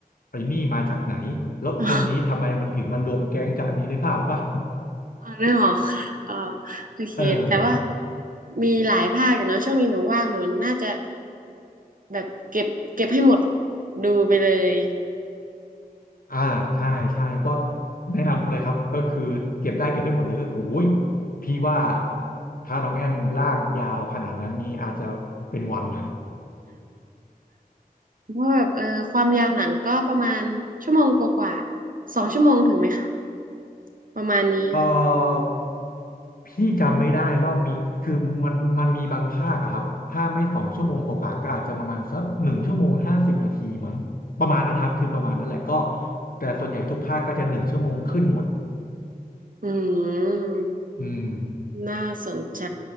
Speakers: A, on the left; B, on the right.
A: ไอ้นี่มาจากไหนแล้วคนนี้ทำไมมันถึงมารวมแก๊งกับอันนี้นึกภาพออกป่ะ
B: <laughs> อ๋อนึหองหอกค่ะอ๋อโอเคแต่ว่า
A: <laughs> เออ
B: มีหลายภาคอยู่เนาะช่วงนี้หนูว่างหนูน่าจะแบบเก็บเก็บให้หมดดูไปเลย
A: อ่าใช่ใช่ก็แนะนำเลยครับก็คือเก็บได้เก็บให้หมดเลยก็คือโอ้ยพี่ว่าถ้าน้องแอมลากยาวขนาดนั้นนี่อาจจะเป็นวัน <laughs>
B: เพราะแบบเออความยาวหนังก็ประมาณชั่วโมงกว่าๆสองชั่วโมงถึงไหมคะประมาณนี้เนอะ
A: เอ่อพี่จำไม่ได้ว่ามีคือมันมันมีบางภาคอะครับถ้าไม่สองชั่วโมงกว่าๆก็อาจจะประมาณสักหนึ่งชั่วโมงห้าสิบนาทีมั้งประมาณนั้นนะครับคือประมาณนั้นแหละก็แต่ส่วนใหญ่ทุกภาคก็จะหนึ่งชั่วโมงขึ้นหมด
B: อืม
A: อืม
B: น่าสนใจ